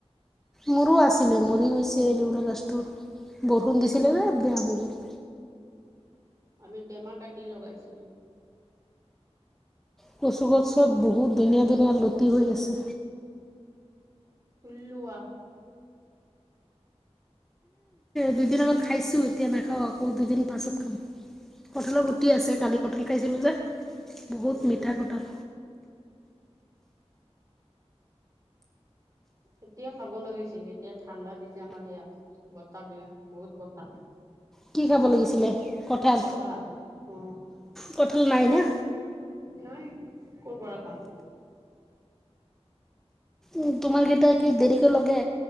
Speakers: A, in the centre; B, on the right (about 30°).
A: মোৰো আছিলে, মৰি গৈছে যৰা গছটো। বৰষুণ দিছিলে যে বেয়া হৈ গ'ল।
B: আমি টেমা কাটি লগাইছো।
A: কচু গছত বহুত ধুনীয়া ধুনীয়া লতি হৈ আছে।
B: তুলি লোৱা।
A: দুদিন আগত খাইছো এতিয়া নাখাও আকৌ দুদিন পাছত খাম। কঠালৰ গুটি আছে। কালি কঁঠাল খাইছিলো যে বহুত
B: উম
A: মিঠা কঠাল।
B: এতিয়া খাব লাগিছিল এতিয়া ঠাণ্ডা দিছে আমাৰ ইয়াত বতাহ বিয়া বহুত বতাহ।
A: কি খাব লাগিছিলে কঠাল,
B: কঁঠাল অ
A: কঠাল নাই না।
B: নাই কৰপৰা পাম।
A: উম, তোমাৰ কেইটা কি দেৰিকৈ লগে